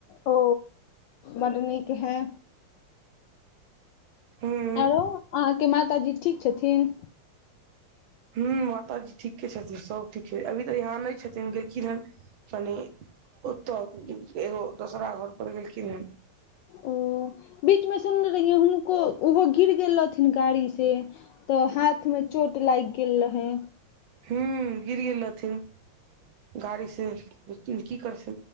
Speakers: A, on the left; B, on the right.
A: ओ बड नीक है
B: हूँ
A: अहाँके माताजी ठीक छथिन
B: ह माताजी ठीके छथिन सब ठीक छै अभी तऽ यहाँ नहि छथिन गेलखिन हन मनी ओत्तऽ एगो दोसरा घर पर गेलखिन हेँ
A: ओ बीचमे सुनने रहियै हुनको ओहो गिर गेल रहथिन गाड़ी से तऽ हाथ में चोट लागि गेल रहै
B: हू गिर गेल रहथिन गाड़ी से की कर स